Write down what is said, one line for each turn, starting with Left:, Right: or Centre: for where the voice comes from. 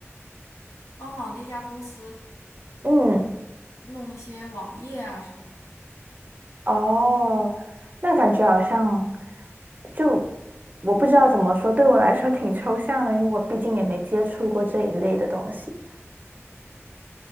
Left: 帮忙那家公司
Right: 嗯。
Left: 弄一些网页啊什么的。
Right: 哦，那感觉好像就我不知道怎么说，对我来说挺抽象的，因为我毕竟也没接触过这一类的东西。